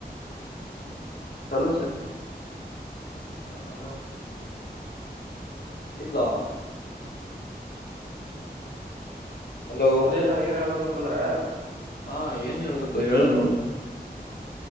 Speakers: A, on the left; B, on the right.
A: ಚಲ ಹಾ ಹಲೋ ಇಲ್ಲ ಹಲೋ
B: ಅದೇ ನಾ ಏನ್ ಹೇಳ್ಬೇಕಂತಂದ್ರೆ
A: ಹಾ ಏನ್ ಹೇಳ್ಬೇಕು ಹೇಳು ನೋಡು